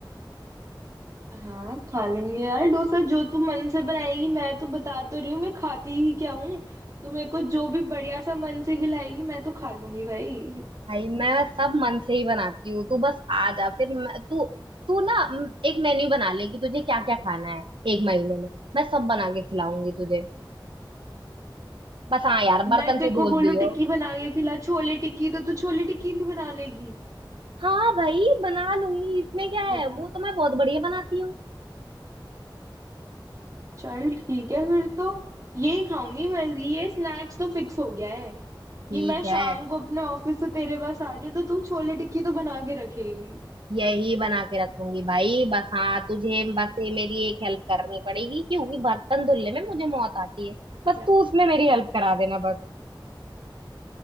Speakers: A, on the right; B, on the right.
A: हाँ खा लेंगे यार डोसा जो तू मन से बनाएगी मैं तो बता तो रही हूँ मैं खाती ही क्या हूँ तू मेरे को जो भी बढ़िया सा मन से खिलाएगी मैं तो खा लूंगी भाई
B: भाई मैं सब मन से ही बनाती हूँ तू बस आ जा फिर मैं- तू तू ना म, एक मेन्यू बना ले कि तुझे क्या क्या खाना है एक महीने में मैं सब बना के खिलाऊंगी तुझे बस हाँ यार
A: मैं
B: बर्तन
A: तेरे
B: तू
A: को
B: धो
A: बोलू
B: दियो
A: टिक्की बना के खिला छोले टिक्की तो तू छोले टिक्की भी बना लेगी
B: हाँ भाई बना लूंगी इसमें क्या
A: बता
B: है वो तो मैं बहुत बढ़िया बनाती हूँ
A: चल ठीक है फिर तो यही खाऊंगी मैं ये स्नैक्स तो फिक्स हो गया है
B: ठीक
A: कि मैं
B: है
A: शाम को अपने ऑफिस से तेरे पास आ रही हूँ तो तू छोले टिक्की तो बना के रखेगी
B: यही बना के रखूंगी भाई बस हाँ तुझे बस ये मेरी एक हेल्प करनी पड़ेगी क्योंकि बर्तन धुलने में मुझे मौत आती है
A: क्या
B: बस तू उसमें मेरी हेल्प करा देना बस